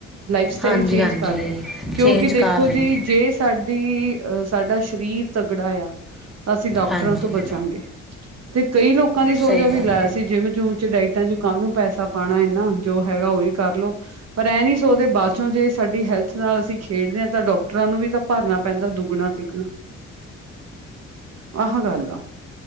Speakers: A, on the right; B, in the centre.
A: ਲਾਈਫ ਸਟਾਈਲ
B: ਹਾਂਜੀ
A: ਚੇਂਜ
B: ਹਾਂਜੀ
A: ਕਰਦਾ। ਕਿਉਂਕਿ
B: ਚੇਂਜ ਕਰ
A: ਦੇਖੋ
B: ਰਹੇ
A: ਜੀ।
B: ਨੇ
A: ਜੇ ਸਾਡੀ ਅ ਸਾਡਾ ਸ਼ਰੀਰ ਤਗੜਾ ਆ, ਤਾਂ ਅਸੀਂ ਡਾਕਟਰਾਂ
B: ਹਾਂਜੀ
A: ਤੋਂ ਬ -ਚਾਗੇ ਤੇ ਕਈ ਲੋਕਾਂ ਦੀ ਸੋਚ
B: ਸਹੀ
A: ਆ ਵੀ
B: ਗੱਲ
A: ਲੈ
B: ਹੈ
A: ਅਸੀ ਜਿੰਮ ਜੁਮ, ਚ ਡਾਇ -ਇਟਾ ਚ ਕਾਨੂੰ ਪੈਸਾ ਪਾਣਾ ਐਨਾ ਜੋ ਹੈਗਾ ਉਹੀਂ ਕਰਲੋ। ਪਰ ਐਂ ਨੀ ਸੋਚਦੇ ਬਾਅਚੋਂ, ਜੇ ਸਾਡੀ ਹੈਲਥ ਨਾਲ ਅਸੀਂ ਖੇਡਦੇ ਆ, ਤਾਂ ਡਾਕਟਰਾਂ ਨੂੰ ਵੀ ਤਾਂ ਭਰਨਾ ਪੈਂਦਾ ਦੁੱਗਣਾ- ਤਿੱਗਣਾ। ਆਹ ਗੱਲ ਆ।